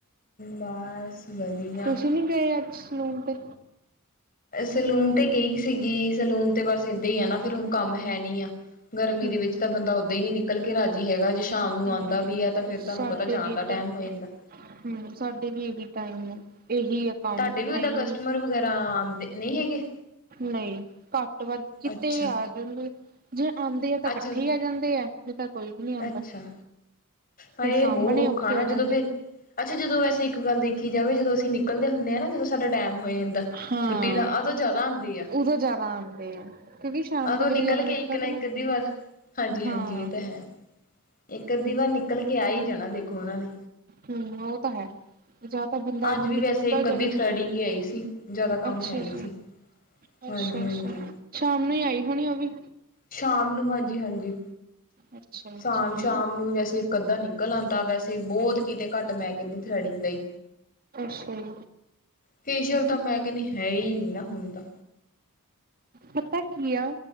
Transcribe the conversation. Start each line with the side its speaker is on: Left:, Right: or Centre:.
Left: ਬਸ ਵਧੀਆ।
Right: ਤੁਸੀਂ ਨੀ ਗਏ ਅੱਜ ਸਲੂਨ ਤੇ?
Left: ਸੈਲੂਨ ਤੇ ਗਈ ਸੀਗੀ ਸੈਲੂਨ ਤੇ ਬਸ ਏਦਾਂ ਹੀ ਆ ਨਾ ਫਿਰ ਹੁਣ ਕੰਮ ਹੈ ਨੀ ਆ। ਗਰਮੀ
Right: ਹੂੰ
Left: ਦੇ ਵਿੱਚ ਤਾਂ ਬੰਦਾ ਓਦਾਂ ਹੀ ਨੀ ਨਿਕਲ ਨਿਕਲ ਕੇ ਰਾਜੀ ਹੈਗਾ ਜੇ ਸ਼ਾਮ ਨੂੰ
Right: ਹਾਂ
Left: ਆਉਂਦਾ ਵੀ ਹੈ ਤਾਂ ਫੇਰ
Right: ਸਾਡੇ
Left: ਤੁਹਾਨੂੰ ਪਤਾ ਜਾਣ
Right: ਵੀ ਇੱਧਰ
Left: ਦਾ ਟਾਈਮ ਹੋ ਜਾਂਦਾ।
Right: ਹੂੰ ਸਾਡੇ ਵੀ ਇਹੀ ਟਾਈਮ ਆ ਇਹੀ ਆ। ਕੰਮ
Left: ਤੁਹਾਡੇ ਵੀ ਓਦਾਂ
Right: ਹੈ ਹੀ
Left: ਕਸਟਮਰ
Right: ਨਹੀਂ।
Left: ਵਗੈਰਾ ਆਂਦੇ ਨਹੀਂ ਹੈਗੇ।
Right: ਨਹੀਂ ਘੱਟ ਵੱਧ ਕਿਤੇ
Left: ਅੱਛਾ।
Right: ਯਾਰ ਜੇ ਆਉਂਦੇ ਆ ਤਾਂ
Left: ਅੱਛਾ,
Right: ਇਕੱਠੇ ਹੀ ਆ ਜਾਂਦੇ ਆ ਨਹੀਂ ਤਾਂ ਕੋਈ ਵੀ ਨੀ ਆਉਂਦਾ।
Left: ਅੱਛਾ ਹਾਏ
Right: ਫਿਰ ਸਾਂਭਣੇ
Left: ਬਹੁ ਔਖਾ
Right: ਔਖੇ
Left: ਨਾ
Right: ਹੋ ਜਾਂਦੇ।
Left: ਜਦੋਂ ਫਿਰ ਅੱਛਾ ਜਦੋਂ ਵੈਸੇ ਇੱਕ ਗੱਲ ਦੇ ਦੇਖੀ ਜਾਵੇ ਜਦੋਂ ਅਸੀਂ ਨਿਕਲਦੇ ਹੁੰਦੇ ਹਾਂ ਨਾ ਜਦੋਂ ਸਾਡਾ ਟਾਈਮ ਹੋਏ ਜਾਂਦਾ
Right: ਹਾਂ।
Left: ਛੁੱਟੀ ਦਾ ਆਦੋਂ ਜ਼ਿਆਦਾ ਆਉਂਦੇ ਆ
Right: ਉਦੋਂ ਜ਼ਿਆਦਾ ਆਉਂਦੇ ਆ ਕਿਉਂਕਿ ਸ਼ਾਮ
Left: ਉਦੋਂ
Right: ਦੇ ਵੇਰੇ
Left: ਨਿਕਲ
Right: ਜਿਆਦਾ
Left: ਕੇ
Right: ਨਿਕਲਦੇ
Left: ਇੱਕ ਇੱਕ
Right: ਨਾ
Left: ਅੱਧੀ ਵਾਰ ਹਾਂਜੀ
Right: ਹਾਂ।
Left: ਹਾਂਜੀ ਇਹ ਤਾਂ ਹੈ ਇੱਕ ਅੱਧੀ ਵਾਰ ਨਿਕਲ ਕੇ ਆ ਹੀ ਜਾਣਾ ਦੇਖੋ ਉਹਨਾਂ ਨੇ
Right: ਹਮ ਉਹ ਤਾਂ ਹੈ ਜਾ ਤਾਂ ਬੰਦਾ
Left: ਅੱਜ
Right: ਨਿਕਲ
Left: ਵੀ ਵੈਸੇ ਇੱਕ ਅੱਧੀ
Right: ਜਾਵੇ
Left: ਥਰੈਡਿੰਗ ਹੀ ਆਈ ਸੀ ਜ਼ਿਆਦਾ ਕੰਮ
Right: ਅੱਛਾ
Left: ਹੈ ਨਹੀਂ
Right: ਜੀ
Left: ਸੀ ਹਾਂਜੀ
Right: ਅੱਛਾ ਅੱਛਾ
Left: ਹਾਂਜੀ
Right: ਸ਼ਾਮ ਨੂੰ ਹੀ ਆਈ ਹੋਣੀ ਉਹ ਵੀ
Left: ਸ਼ਾਮ ਨੂੰ ਹਾਂਜੀ ਹਾਂਜੀ
Right: ਅੱਛਾ
Left: ਸ਼ਾਮ
Right: ਠੀਕ।
Left: ਸ਼ਾਮ ਨੂੰ ਜੈਸੇ ਇੱਕ ਅੱਧਾ ਨਿਕਲ ਆਉਂਦਾ ਵੈਸੇ ਬਹੁਤ ਕਿਤੇ ਘੱਟ ਮੈਂ ਕਹਿੰਦੀ ਥਰੈਡਿੰਗ ਲਈ
Right: ਅੱਛਾ ਜੀ
Left: ਫੇਸ਼ੀਅਲ ਤਾਂ ਮੈਂ ਕਹਿੰਦੀ ਹੈ ਹੀ ਨਹੀਂ ਨਾ ਹੁਦਾ ਤਾਂ
Right: ਪਤਾ ਕੀ ਆ